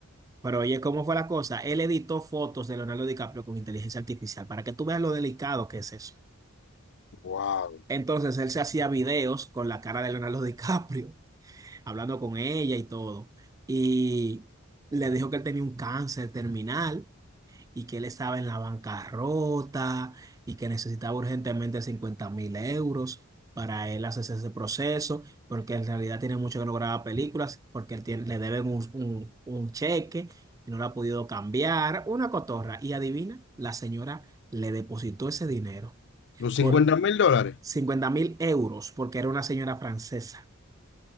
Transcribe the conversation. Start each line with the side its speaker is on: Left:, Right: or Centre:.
Right: Pero oye, ¿cómo fue la cosa? Él editó fotos de Leonardo DiCaprio con inteligencia artificial para que tú veas lo delicado que es eso.
Left: Wow.
Right: Entonces él se hacía videos con la cara de Leonardo DiCaprio, <laughs> hablando con ella y todo. Y le dijo que él tenía un cáncer terminal y que él estaba en la bancarrota y que necesitaba urgentemente cincuenta mil euros para él hacerse ese proceso, porque en realidad tiene mucho que no graba películas, porque él tiene- le deben un, un- un cheque y no lo ha podido cambiar, una cotorra. Y adivina, la señora le depositó ese dinero
Left: Los cincuenta
Right: por
Left: mil dólares.
Right: cincuenta mil euros, porque era una señora francesa.